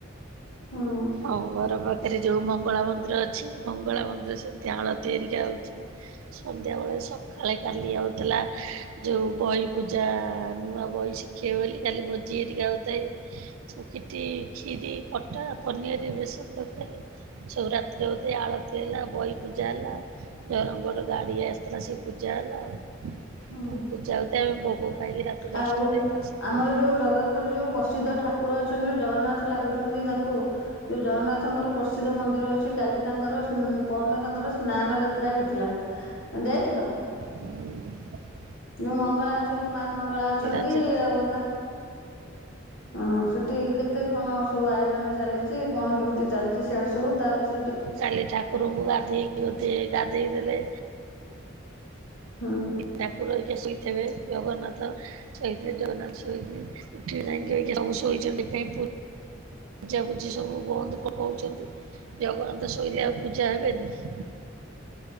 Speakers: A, on the left; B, on the right.
A: ହୁଁ
B: ଆମ ଘର ପାଖ ଏଥିରେ ଯୋଉ ମଙ୍ଗଳା ମନ୍ଦିର ଅଛି ମଙ୍ଗଳା ମନ୍ଦିର ସେମିତି ଆଳତି ହେରିକା ହଉଛି। ସନ୍ଧ୍ୟାବେଳେ ସକାଳେ କାଲି ହେଉଥିଲା ଯୋଉ ବହି ପୂଜା ନୂଆ ବହି ଶିଖିବେ ବୋଲି କାଲି ଭୋଜି ହେରିକା ହଉଥାଏ। ଚିକିଟି ଖୀରି ପଟା ପନିଆରି ବେସନ ତରକାରି। ସବୁ ରାତିରେ ବୋଧେ ଆଳତି ହେଲା, ବହି ପୂଜା ହେଲା, ଯୋରଙ୍ଗର ଗାଡି ଆସିଥିଲା ସେ ପୂଜା ହେଲା ଆଉ
A: ହୁଁ।
B: ପୂଜା ହେଉଥାଏ ଆମେ ଭୋଗ ଖାଇକି ରାତି
A: ଆଉ
B: ଦଶଟାରେ ଆସିଲୁ।
A: ଆମର ଯୋଉ ଜଗତପୁରରେ ଯୋଉ ପ୍ରସିଦ୍ଧ ଠାକୁର ଅଛନ୍ତି, ଯୋଉ ଜଗନ୍ନାଥ ଲାଗୁଛନ୍ତି ତାଙ୍କୁ ଯୋଉ ଜଗନ୍ନାଥଙ୍କର ପସିଦ୍ଧ ମନ୍ଦିର ଅଛି କାଲି ତାଙ୍କର ସୁନ୍ ପରନ ତାଙ୍କର ସ୍ନାନ ଯାତ୍ରା ହେଇଥିଲା ଯାଇଥିଲ।
B: ହୁଁ।
A: ଯୋଉ ମଙ୍ଗଳା ଅଛନ୍ତି, ମା ମଙ୍ଗଳା ଅଛନ୍ତି
B: ଆଜି
A: ଆଉ ହଁ ସେଠି କେତେ କଣ ସବୁ ଆୟୋଜନ ଚାଲିଛି କଣ କେମିତି ଚାଲିଛି ସିଆଡେ ସବୁ ତା ବିଷୟ
B: କାଲି ଠାକୁରଙ୍କୁ ଗାଧେଇକି ବୋଧେ ଗାଧେଇ ଦେଲେ।
A: ହୁଁ।
B: ଠାକୁର ହେରିକା ଶୋଇଥିବେ, ଜଗନ୍ନାଥ ଶୋଇଥିବେ, ଜଗନ୍ନାଥ ଶୋଇକି ଉଠି ଯାଇକି କିଏ କିଏ ସବୁ ଶୋଇଛନ୍ତି ପେପୁର୍ ପୁଜା ପୁଜି ସବୁ ବନ୍ଦ ତ କଉଛନ୍ତି ଜଗନ୍ନାଥ ଶୋଇଲେ ଆଉ ପୂଜା ହେବେନି।